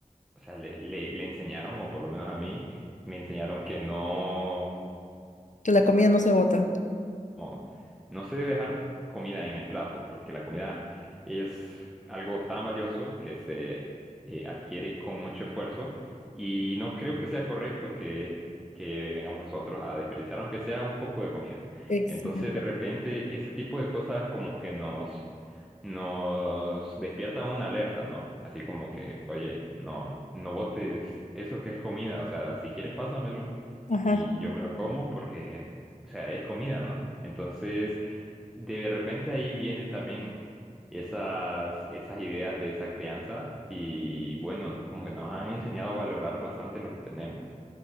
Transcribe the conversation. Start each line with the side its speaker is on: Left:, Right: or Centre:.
Centre: o sea, le, le, le enseñaron, o por lo menos a mí, me enseñaron que no
Left: que la comida no se bota.
Centre: no, no se debe dejar comida en el plato, porque la comida es algo tan valioso que se eh, adquiere con mucho esfuerzo y no creo que sea correcto que, que vengamos nosotros a desperdiciar, aunque sea un poco de comida.
Left: Exacto.
Centre: Entonces, de repente, ese tipo de cosas como que nos, nos despiertan una alerta, ¿no? Así como que, oye, no, no botes eso que es comida, o sea, si quieres pásamelo
Left: Ajá.
Centre: y yo me lo como porque o sea, es comida, ¿no? Entonces, de repente ahí viene también esas, esas ideas de esa crianza y bueno, como que nos han enseñado a valorar bastante lo que tenemos.